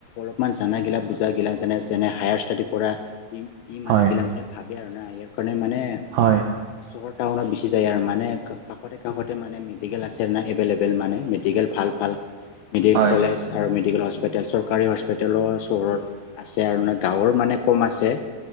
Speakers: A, on the left; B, on the right.
A: অলপমান জানাগিলা বুজা গিলানে যেনে হায় ষ্টডি কৰা ই ই মানুহবিলাক
B: হয়
A: মানে ভাবে আৰু না ইয়াৰ কাৰণে মানে
B: হয়।
A: অ' আৰ টাউনত গুচি যায় আৰু মানে কাষতে কাষতে মানে মেডিকেল আছে না এভেইলেবল মানে মেডিকেল ভাল ভাল। মেডিকেল
B: হয়
A: কলেজ আৰু মেডিকেল হস্পিতেল চৰকাৰী হস্পিতেলৰ চহৰত আছে আৰু নহয় গাঁৱৰ মানে কম আছে।